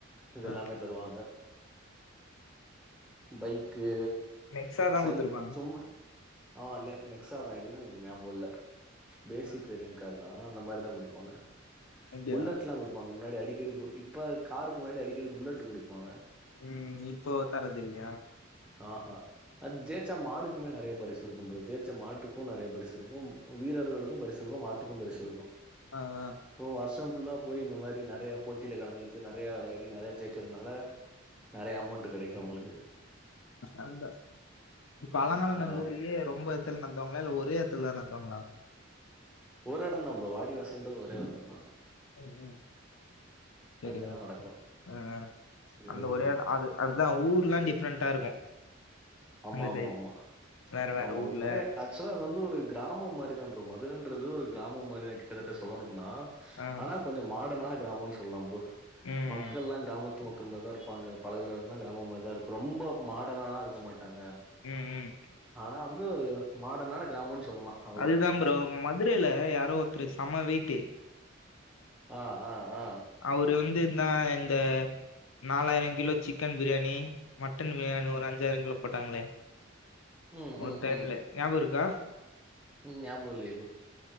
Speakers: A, in the centre; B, on the left (about 75°).
A: இதெல்லாமே
B: ஆ
A: தருவாங்க பைக்கு
B: நெக்ஸா தா
A: சை
B: குடுத்துருப்பாங்க
A: சும்மா ஆ நெ நெக்ஸாதா என்னன் எனக்கு ஞாப இல்ல பேசிக்
B: ஆ
A: <unintelligible> காரு தா அந்த மாரி தா குடுப்பாங்க
B: அப்டியா
A: புல்லட்லா குடுப்பாங்க முன்னாடி அடிக்கடி இப்ப காருக்கு முன்னாடி அடிக்கடி புல்லட் குடுப்பாங்க
B: ம் இப்போ தரதில்யா
A: ஆ ஹா அது ஜெயிச்சா மாடு க்குமே நெறைய பரிசு இருக்கு ப்ரோ ஜெயிச்ச மாட்டுக்கு நெறைய பரிசு இருக்கு வீரர்களுக்கு பரிசு இருக்கு மாட்டுக்கு பரிசு இருக்கு
B: ஆ ஆ
A: ப்ரோ வர்ஷோ ஃபுல்லா போய் இந்த மாரி நெறைய போட்டில கலந்துகிட்டு நெறைய வெளையாடி நெறைய ஜெய் க்கிறனால நெறைய அமோண்ட்டு கெடைக்கு அவுங்களுக்கு
B: அந்த இப்ப அலங்காநல்லூர்லயே
A: ஆ
B: ரொம்ப <unintelligible> நட்த்வாங்ளா இல்ல ஒரே எட்த்துல தா நடத்துவாங்ளா
A: ஒரு எடம் தா ப்ரோ வாடிவாசல்ன்றது ஒரே ஒர் எடம் தா
B: ம் ம் செரி
A: அங்கதா
B: ப்ரோ
A: நடக்கு
B: அ அ
A: சேரி
B: அந்த
A: ப்ரோ
B: ஒரே எட அது அதா ஊர்லா டிஃப்ரெண்டா இருக்கும்
A: ஆமா
B: அந்த
A: ஆமா
B: சைடு
A: ஆமா
B: வேற வேற
A: ஆமா
B: ஊர்ல
A: இப்ப நெறைய ஃபேக் ஆக்ஷுவலா வந்து ஒரு கிராமம் மாரிதா ப்ரோ மதுரன்றது ஒரு கிராமம் மாரி தா கிட்டத்தட்ட சொல்லணும்னா
B: ஆ
A: ஆனா கொஞ்சம் மார்டன் ஆன கிராமம் சொல்லாம் ப்ரோ
B: ம்
A: மக்கள்ல்லா
B: ம்
A: கிராம மத்து மக்கள் மாரி தா இருப்பாங்க பழகுறல்லா கிராம மாரி தா இருக்கு ரொம்ப மாடர்ன்னாலா இருக்க மாட்டாங்க
B: ம் ம்.
A: ஆனா வந்து ஒரு மாடர்னான கிராமொன் சொல்லலா அவ்ளோதா
B: அதுதா ப்ரோ மதுரைல யாரோ ஒத்துரு சம்ம வெயிட்டு
A: அ அ அ
B: அவுரு வந்து இன்னா இந்த நாலாயிரோ kilo chicken biryani mutton biryani ஒரு அஞ்சாயிரோ கிலோ போட்டாங்ளே
A: ம்
B: ஒரு
A: ம்
B: டைம்ல
A: ம்
B: ஞாபம் இருக்கா
A: ம் ஞாப இல்யே